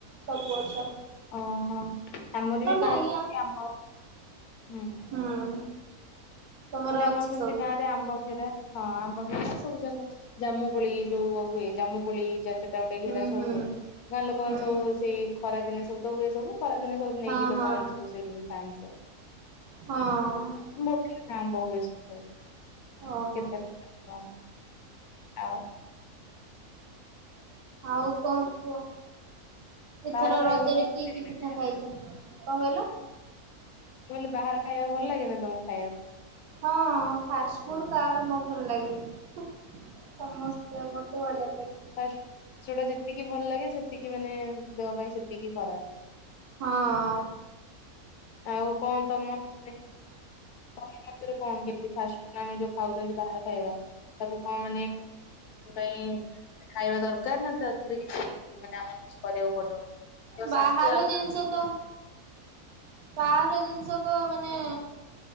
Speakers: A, on the right; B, on the left.
A: ସବୁ ଗଛ
B: ଅ ହ, ଆମର ବି ଗାଁ
A: ନାହିଁ
B: <unintelligible>
A: ଆ
B: ଆମ୍ବ, ହୁଁ।
A: ହୁଁ। ତମର
B: ହେଲେ ଆମର
A: ଅଛି
B: ସେମିତି
A: ସବୁ
B: ଗାଁ ରେ, ଆମ୍ବ ଘେରା ହଁ, ଆମ୍ବ ଘେରା, ସବୁ ଜାଙ୍ଗ ଜାମୁ କୋଳି ଯୋଉ ହୁଏ, ଜାମୁ କୋଳି ଯା ସେ ଏଟା ଗୋଟେ ଘେରା
A: ହୁଁ
B: ସବୁ
A: ହୁଁ
B: ହୁଏ, ଗାଁ ଲୋକମାନେ
A: ହୁଁ
B: ସବୁ ସେଇ ଖରା ଦିନେ ସବୁ ତ ହୁଏ ସବୁ, ଖରା ଦିନେ ସବୁ
A: ହଁ
B: ନେଇକି ଲୋକମାନେ
A: ହଁ
B: ସବୁ, ସେଇଠୁ ବି ଖାଆନ୍ତି ସବୁ।
A: ହଁ ଅ।
B: <unintelligible> ଆମ୍ବ ହୁଏ ସେଠି ସବୁ।
A: ଓହୋ
B: କେତେ <unintelligible> ଆଉ
A: ଆଉ କଣ କୁହ? ଏଥର
B: ବାହାର ଖାଇବା
A: ରଜରେ
B: ତମକୁ ଭଲ
A: କି-କି ପି ପିଠା
B: ଲାଗେ ମୁଁ
A: ଖାଇଚ, କଣ କହିଲ?
B: ମୁଁ କହିଲି ବାହାର ଖାଇବା ଭଲ ଲାଗେ ନା, ତମକୁ ଖାଇବାକୁ?
A: ହଁ, ଫାଷ୍ଟ ଫୁଡ୍ କାହାକୁ ନ ଭଲ ଲାଗେ, ହୁଁ। ସମସ୍ତେ, ମତେ ବଢିଆ ଲାଗେ।
B: ଫାଷ୍ଟ୍ ସେଗୁଡା ଯେତିକି ଭଲ ଲାଗେ, ସେତିକି ମାନେ ଦେହ ପାଇଁ ସେତିକି ଖରାପ।
A: ହଁଅ।
B: ଆଉ କଣ ତମ ମାନେ ତମ ମତରେ କଣ କେମ୍ ତି ଫାଷ୍ଟଫୁଡ୍ ଆମେ ଯୋଉ ଖାଉଛନ୍ତି ବାହାର ଖାଇବା, ତାକୁ କଣ ମାନେ ପାଇଁ ଖାଇବା ଦରକାର ନା, ତାଥେରେ କିଛି ମାନେ ଆମକୁ କିଛି କରିବାକୁ ପଡିବ? ଦେହ
A: ବାହାର
B: ସ୍ୱାସ୍ଥ୍ୟ ଆଗେ
A: ଜିନିଷ ତ ବାହାର ଜିନିଷତ, ମାନେ